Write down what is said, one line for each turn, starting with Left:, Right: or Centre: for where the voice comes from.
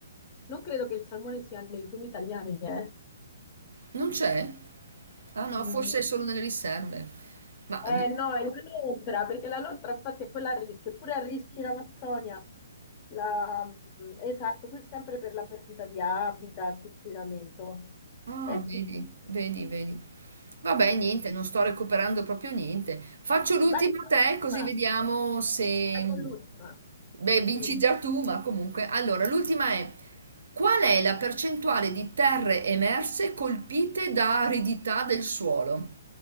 Left: non credo che il salmone sia nei fiumi italiani, eh.
Right: non c'è? Ah no,
Left: Mm,
Right: forse è solo nelle riserve. Ma
Left: Eh no, è la lontra, perché la lontra infatti è quella a rischio, eppure a rischio in Amazzonia. La- Esatto, questo è sempre per la perdita di habitat, inquinamento.
Right: Ah,
Left: Eh
Right: vedi,
Left: sì,
Right: vedi, vedi. Vabbè, niente, non sto recuperando proprio niente. Faccio l'ultima
Left: vai con l'ultima,
Right: a te, così vediamo se...
Left: vai con l'ultima.
Right: Beh, vinci
Left: Sì,
Right: già tu, ma comunque. Allora, l'ultima è: qual è la percentuale di terre emerse colpite da aridità del suolo?